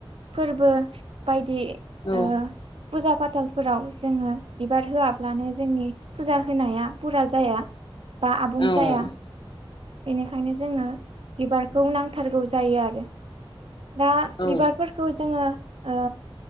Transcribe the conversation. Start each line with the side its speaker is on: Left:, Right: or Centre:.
Right: फोरबो बायदि
Left: औ
Right: ओ फुजा फाथालफोराव जोङो बिबार होआब्लानो जोंनि फुजा होनाया फुरा जाया बा आबुं
Left: औ
Right: जाया बेनिखायनो जोङो बिबारखौ नांथारगौ जायो आरो दा
Left: औ
Right: बिबारफोरखौ जोङो ओ